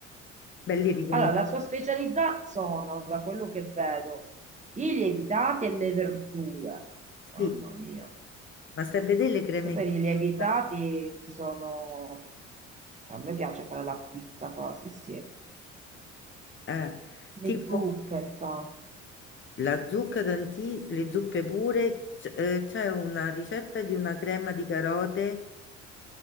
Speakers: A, on the left; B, on the right.
A: belli riconosciuti.
B: Allora, la sua specialità sono, da quello che vedo, i lievitati e le verdure. Mamma
A: Sì,
B: mia.
A: ma stai a vedere le creme
B: Poi per
A: di
B: i
A: zucca,
B: lievitati sono... Cioè, a me piace fare la pizza, quasi, sì.
A: eh, tipo
B: Le zuppe fa.
A: la zucca d'anti, le zuppe pure, c- eh, c'è una ricetta di una crema di carote.